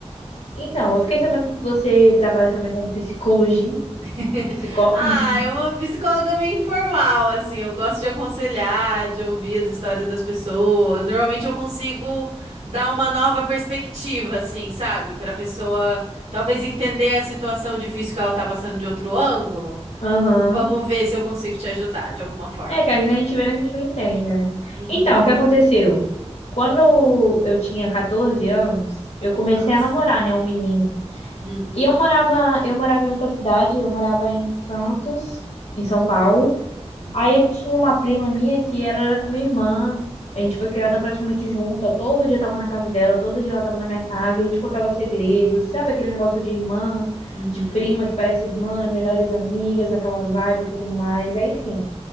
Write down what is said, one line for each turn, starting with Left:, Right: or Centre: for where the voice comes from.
Left: Então, eu fiquei sabendo que você trabalha também com psicologia,
Right: <laughs>
Left: com psicóloga.
Right: Ah,
Left: <laughs>
Right: é uma psicóloga meio informal, assim. Eu gosto de aconselhar, de ouvir as histórias das pessoas. Normalmente eu consigo dar uma nova perspectiva, assim, sabe? Para a pessoa talvez entender a situação difícil que ela tá passando de outro ângulo.
Left: Aham.
Right: Vamos ver se eu consigo te ajudar de alguma forma.
Left: É, que às vezes a gente vê, né, a gente não entende, né?
Right: Uhum.
Left: Então, o que aconteceu? Quando eu tinha 14 anos, eu comecei
Right: Nossa.
Left: a namorar, né, um menino.
Right: Hum.
Left: E eu morava, eu morava em outra cidade, eu morava em Santos, em São Paulo.
Right: Uhum.
Left: Aí eu tinha uma prima minha que ela era com minha irmã. A gente foi criada
Right: Uhum.
Left: praticamente junta. Todo dia eu tava na casa dela, todo dia ela tava na minha casa. E a gente contava segredos, sabe aquele negócio de irmã,
Right: Uhum.
Left: de prima que parece irmã, melhores amigas, aquela vibe e tudo mais. Aí, enfim.